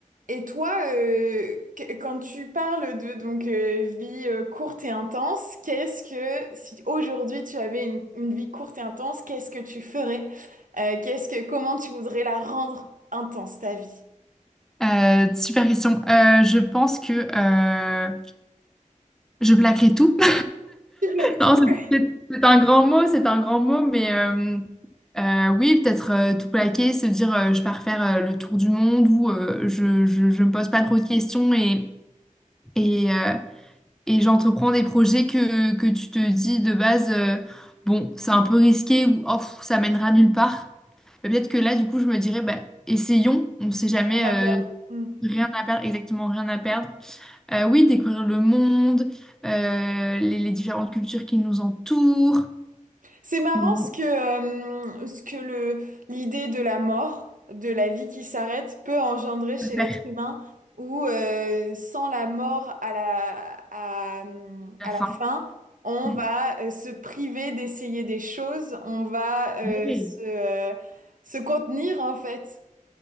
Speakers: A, on the right; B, in the centre.
A: et toi, euh, que- quand tu parles de donc euh, vie euh, courte et intense, qu'est-ce que si aujourd'hui tu avais une, une vie courte et intense, qu'est-ce que tu ferais? Euh, qu'est-ce que comment tu voudrais la rendre intense ta vie?
B: Euh, super question. Euh, je pense que euh, Je plaquerai tout. <laughs>
A: Tu plaques
B: Non,
A: tout.
B: c'est
A: <laughs>
B: c'est- c'est un grand mot, c'est un grand mot, mais euh, euh, oui, peut-être euh, tout plaquer, se dire euh, je pars faire euh, le tour du monde ou euh, je, je, je me pose pas trop de questions et, et, euh, et j'entreprends des projets que, que tu te dis de base, euh, bon, c'est un peu risqué ou oh, pff, ça mènera nulle part. Mais Peut-être que là, du coup, je me dirais, bah, essayons, on sait jamais
A: Rien à
B: euh,
A: perdre. Mm.
B: Rien à perdre, exactement, rien à perdre. Euh, oui, découvrir le monde, euh, les, les différentes cultures qui nous entourent.
A: C'est marrant
B: Mais Bon,
A: ce que, euh, ce que le, l'idée de la mort, de la vie qui s'arrête, peut engendrer chez
B: à
A: l'être
B: faire
A: humain, où euh, sans la mort à la, à,
B: la
A: à
B: fin.
A: la fin, on
B: Mm.
A: va euh, se priver d'essayer des choses, on va euh,
B: Oui.
A: se, euh, se contenir en fait.